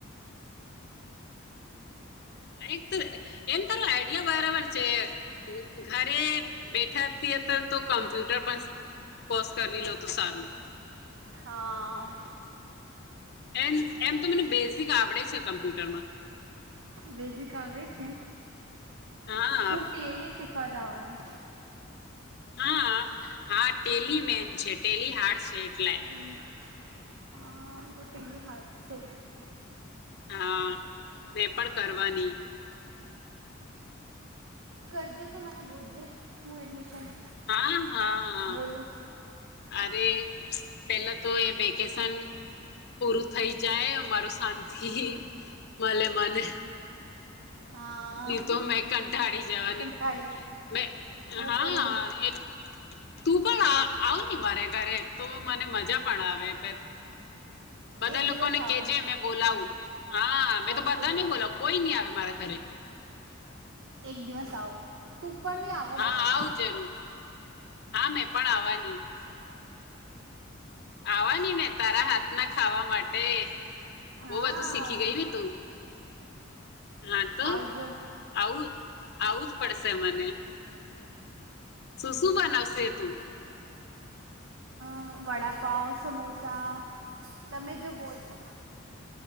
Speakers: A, on the left; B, on the right.
A: હમ્મ એક તો એમ તારું આઈડિયા બરાબર છે અહ અહ ઘરે બેઠા તે તો કમ્પ્યુટર પણ કોર્સ કરી લો તો સારું.
B: હા.
A: એમ એમ તો મને બેઝિક આવડે છે કમ્પ્યુટરમાં.
B: વેઝિક આવડે છે?
A: હા
B: હું ટેલી શીખવા જવાની.
A: હાઆ. હા ટેલી મેન છે, ટેલી હાર્ટ છે એટલે.
B: એમ હા તો ટેલી હાથ છે.
A: હા, મેં પણ કરવાની.
B: કરજે તો મને બોલઝે હું એડમિશન
A: હા, હા, હા.
B: બોલું
A: અરે પેલા તો એ વેકેશન પૂરું થઈ જાય મારુ શાંતિ મલે મને.
B: હા
A: ની મેં તો કં ટાળી જવાની.
B: કંટાળી
A: મેં
B: હું
A: હા
B: પણ બી
A: એ તું પણ આ-આવ ની મારે ઘરે તો મને મજા પણ આવે બે બધા
B: એક
A: લોકોને
B: દિવસ આવું
A: કેજે મેં બોલાવું. હા મે તો
B: ઓકે
A: બધાને બોલાવ કોઈ નહી આવે મારા ઘરે.
B: એક દિવસ આવો તું પણ બી આવો
A: હા,
B: મારા
A: આવ
B: ઘરે
A: જરૂર. હા, મેં પણ આવાની. આવાની ને તારા હાથના ખાવા માટે.
B: હા
A: બહુ બધું શીખી ગયું ને તું? હા તો
B: આવજો
A: આવું આવું જ પડશે મને. શું શું બનાવશે તું?
B: અહ વડાપાવ, સમોસા તમે જો બોલશે